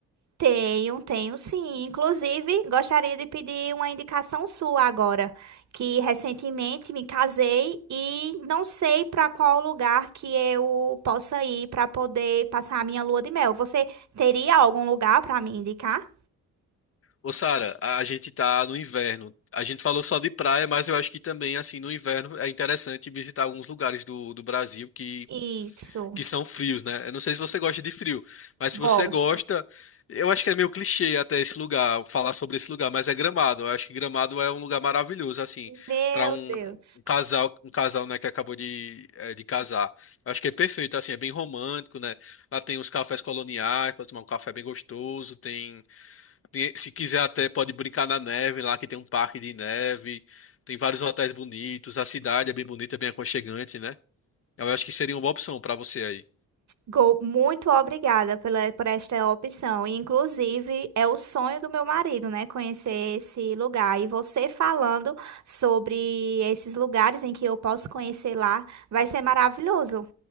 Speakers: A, on the right (about 50°); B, on the left (about 40°).
A: Tenho, tenho sim. Inclusive, gostaria de pedir uma indicação sua agora, que recentemente me casei e não sei para qual lugar que eu possa ir para poder passar a minha lua de mel. Você teria algum lugar para me indicar?
B: Ô, Sara, a gente tá no inverno. A gente falou só de praia, mas eu acho que também, assim, no inverno é interessante visitar alguns lugares do, do Brasil que
A: Isso,
B: que são frios, né? Eu não sei se você gosta de frio, mas
A: gosto.
B: se você gosta, eu acho que é meio clichê até esse lugar, falar sobre esse lugar, mas é Gramado. Eu acho que Gramado é um lugar maravilhoso, assim,
A: Meu
B: para um
A: Deus.
B: um casal, um casal, né, que acabou de, eh, de casar. Eu acho que é perfeito, assim, é bem romântico, né? Lá tem os cafés coloniais, pode tomar um café bem gostoso, tem, tem- se quiser até pode brincar na neve lá, que tem um parque de neve, tem vários hotéis bonitos, a cidade é bem bonita, bem aconchegante, né? Eu acho que seria uma boa opção para você aí.
A: Go- Muito obrigada pela, por esta opção. E, Inclusive, é o sonho do meu marido, né? Conhecer esse lugar. E você falando sobre esses lugares em que eu posso conhecer lá, vai ser maravilhoso.